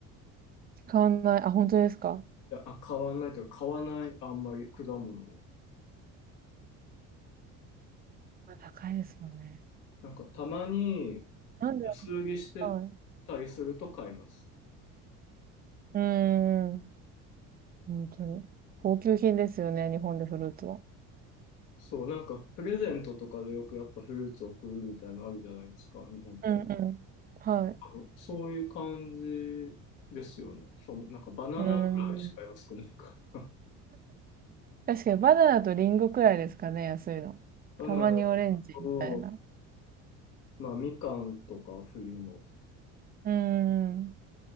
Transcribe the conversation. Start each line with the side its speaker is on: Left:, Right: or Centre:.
Right: 使わない。あ、本当ですか
Left: や、あ、買わないというか、買わない、あんまり果物を。
Right: これ高いですよね。
Left: なんかたまに
Right: なんで、
Left: 安売りして
Right: はい。
Left: たりすると買います。
Right: うーん。本当に。高級品ですよね、日本でフルーツは。
Left: そう、なんかプレゼントとかでよくやっぱフルーツ送るみたいなのあるじゃないですか、日本って。
Right: うんうん。はい。
Left: あの、そういう感じですよね。そう、なんかバナナぐらいしか安くないから。
Right: うーん。
Left: <laughs>
Right: 確かにバナナとリンゴくらいですかね、安いの。
Left: バナナ
Right: たまにオレンジみたいな。
Left: と、まあみかんとか冬の、
Right: うーん。